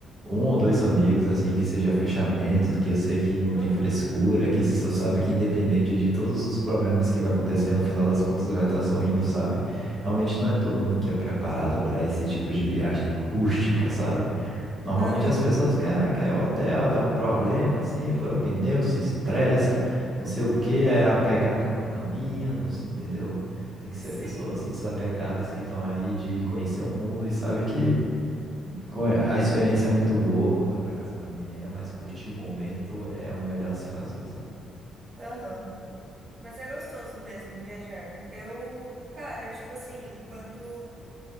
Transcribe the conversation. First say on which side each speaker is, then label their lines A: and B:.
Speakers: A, on the right; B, on the right.
A: um ou dois amigos, assim, que seja fechamentos, que eu sei que não
B: Uhum,
A: tem frescura, que sa- sabe que independente de todos os problemas que vai acontecer, no final das contas vai estar sorrindo, sabe? Realmente não é todo mundo que é preparado para esse tipo de viagem rústica, sabe? Normalmente
B: aham,
A: as pessoas querem, quer hotel, dá um problema, assim, fura o pneu, se estressa, não sei o que,
B: uhum,
A: é apegado com a caminha, não sei, entendeu? Tem que
B: sim,
A: ser pessoas desapegadas que estão aí de conhecer o mundo e sabe que co- a experiência é muito boa, voltar para casa também é, mas curtir o momento é o melhor a se fazer, sabe?
B: aham. Mas é gostoso mesmo viajar. Eu, cara, tipo assim, quando